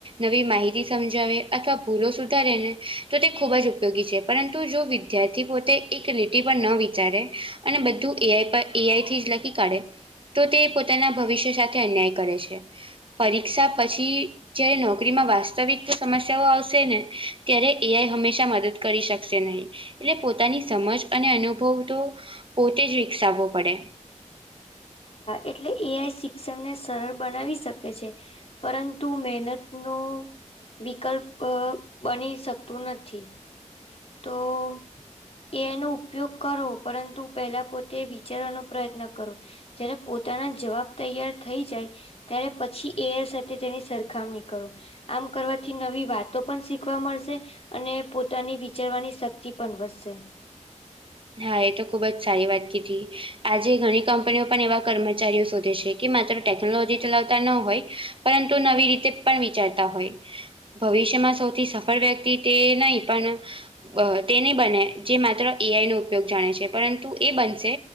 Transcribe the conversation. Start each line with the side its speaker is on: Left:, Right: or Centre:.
Right: નવી માહિ સમજાવે અથવા ભૂલો સુધારેને તો તે ખૂબ જ ઉપયોગી છે, પરંતુ જો વિધાર્થી પોતે એક લીટી પર ન વિચારે અને બધું એ આઈ પર એ આઈ થી જ લખી કાઢે તો તે પોતાના ભવિષ્ય સાથે અન્યાય કરે છે. પરીક્ષા પછી જ્યારે નોકરીમાં વાસ વાસ્તવિક સમસ્યાઓ આવશે ને ત્યારે એ આઈ હંમેશા મદદ કરી શકશે નહીં. એટલે પોતાની સમજ અને અનુભવ તો પોતે જ વિકસાવવો પડે.
Left: એટલે એ આઈ શિક્ષણ ને સરળ બનાવી શકે. પરંતુ મહેનતનો વિકલ્પ અ બની શકતું નથી. તો એ આઈ નો ઉપયોગ કરવો પરંતુ, પહેલા પોતે વિચારવાનો પ્રયત્ન કરો. ''જ્યારે પોતાના જવાબ તૈયાર થઈ જાય. '' ત્યારે પછી એ આઈ સાથે તેની સરખામણી કરો. આમ કરવાથી નવી વાતો પણ શીખવા મળશે અને પોતાની વી ''વિચારવાની શક્તિ પણ વધશે. ''
Right: હા એ તો ખૂબ જ સારી વાત કીધી. આજે ઘણી કંપનીઓ પણ એવા કર્મચારીઓ શોધે છે, કે માત્ર ટેકનોલોજી ચલાવતા ન હોય. ''પરંતુ નવી રીતે પણ વિચારતા હોય. '' ભવિષ્યમાં સૌથી સફળ વ્યક્તિ તે નહી પણ અ તેની નહી બને જે માત્ર એ આઈ નો ઉપયોગ જાણે છે પરંતુ એ બનશે